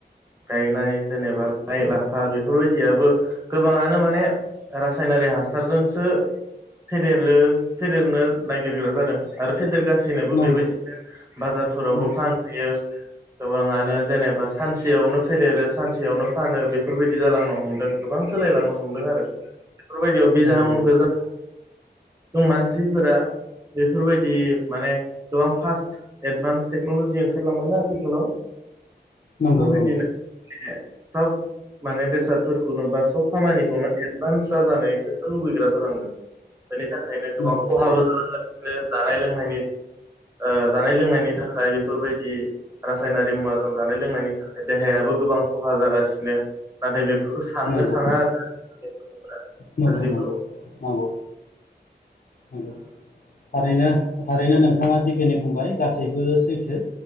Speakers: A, on the right; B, on the left.
A: गायनाय जेनेबा लाइ-लाफा बे फोरबायदियाबो गोबाङानो माने रासायनारि हासारजोंसो फेदेरो फेदेरनो नागिरग्रा जादों आरो फेदेरगासि नोबो
B: नंगौ
A: बेबायदिनो बाजारफोरावबो
B: नंगौ
A: फानहैयो गोबाङानो जेनेबा सानसेयावनो फेदेरो सानसेयावनो फानो बेफोरबाय दि जालांनो हमदों गोबां सोलायलांनो हमदों आरो बेफोरबायदियाव
B: नंगौ
A: बिजाउनखौ जों जों मानसिफोरा बेफोरबायदि माने गोबां फास्ट एडभान्स टेक्न'लजि ओंखारलांबायना आथिखालाव
B: नंगौ
A: बेफोरबायदिनो
B: नंगौ
A: सब माने बेसादफोरखौनो बा सब खामानिखौनो एदबानस जानायखौसो लुबैग्रा जालांदों बेनि थाखायनो गोबां
B: नंगौ
A: खहाबो
B: थारैनो
A: जालांगासिनो जानाय लोंनायनि ओ जानाय लोंनायनि थाखाय बेफोरबायदि रासायनारि मुवाजों जानाय लोंनायनि थाखाय देहायाबो गोबां खहा जागासिनो नाथाय बेफोरखौ साननो
B: नंगौ
A: थाङा आरो
B: नंगौ
A: गासैबो
B: नंगौ नगौ। नंगौ थारैनो थारैनो नोंथाङा जिखिनि बुंबाय गासैबो सैथो